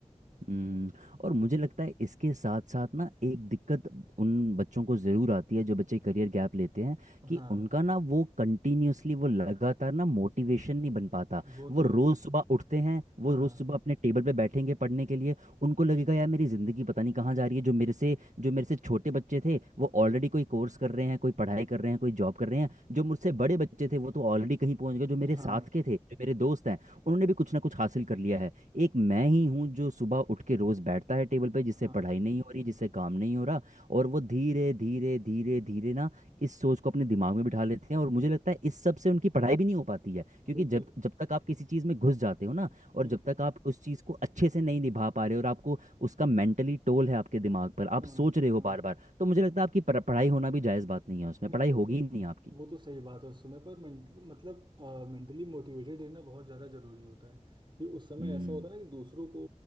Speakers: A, on the right (about 75°); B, on the right (about 40°).
A: हम्म, और मुझे लगता है इसके साथ साथ ना एक दिक्कत उन बच्चों को ज़रूर आती है जो बच्चे करियर गैप लेते हैं कि
B: हाँ
A: उनका ना वो कंटिन्यूअसली वो लगातार ना मोटिवेशन नहीं बन पाता
B: वो
A: वो
B: तो
A: रोज़
B: है
A: सुबह उठते हैं वो
B: हाँ
A: रोज़ सुबह अपने टेबल पे बैठेंगे पढ़ने के लिए उनको लगेगा यार मेरी ज़िंदगी पता नहीं कहाँ जा रही है जो मेरे से जो मेरे से छोटे बच्चे थे वो ऑलरेडी कोई कोर्स कर रहे हैं कोई पढ़ाई कर रहे हैं कोई जॉब कर रहे हैं जो मुझसे बड़े बच्चे थे वो तो ऑलरेडी कहीं पहुंच गए जो मेरे
B: हाँ
A: साथ के थे जो मेरे दोस्त हैं उन्होंने भी कुछ ना कुछ हासिल कर लिया है एक मैं ही हूँ जो सुबह उठ के रोज बैठता है टेबल पे जिससे
B: हाँ
A: पढ़ाई नहीं हो रही जिससे काम नहीं हो रहा और वो धीरे धीरे धीरे धीरे ना इस सोच को अपने दिमाग में बिठा लेते हैं और मुझे लगता है इस सब से उनकी पढ़ाई भी नहीं हो पाती है क्योंकि
B: बिल्कुल
A: जब जब तक आप किसी चीज़ में घुस जाते हो ना और
B: हम्म
A: जब तक आप उस चीज़ को अच्छे से नहीं निभा पा रहे हो और आपको उसका मेंटली टोल है आपके दिमाग पर आप
B: हाँ
A: सोच रहे हो
B: हाँ
A: बार बार तो मुझे लगता है आपकी पढ़- पढ़ाई होना भी जायज़ बात नहीं है उसमें
B: नहीं
A: पढ़ाई
B: वो
A: होगी
B: तो
A: ही नहीं आपकी
B: वो तो सही बात है उस समय पर मेंट- मतलब मेंटली मोटिवेटेड रहना बहुत ज़्यादा ज़रूरी होता है ये उस समय
A: हम्म
B: ऐसा होता है ना कि दूसरों को